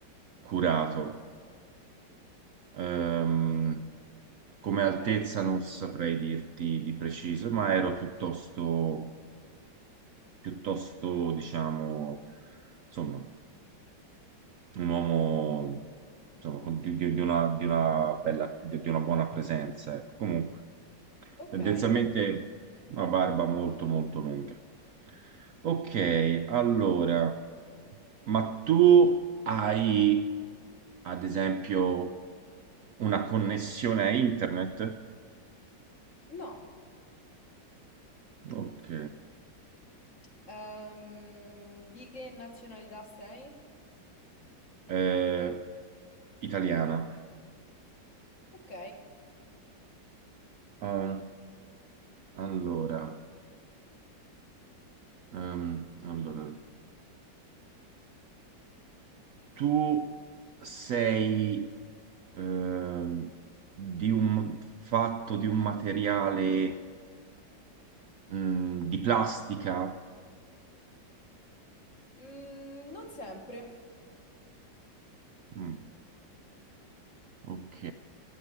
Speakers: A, on the right; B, on the left.
A: curato. Ehm, come
B: Ok,
A: altezza non saprei dirti di preciso, ma ero piuttosto, piuttosto, diciamo, insomma, un uomo insomma, con- di, di- di una, di una bella, di, di una buona presenza. ecco. Comunque,
B: ok.
A: tendenzialmente una barba molto, molto lunga. Ok, allora. Ma tu hai, ad esempio, una connessione a internet?
B: No,
A: Ok.
B: Ehm, di che nazionalità sei?
A: Eh, italiana.
B: Ok,
A: Ah, allora, ehm, allora, tu sei ehm, di un fatto di un materiale mm, di plastica?
B: Mm, non sempre.
A: Mm, ok.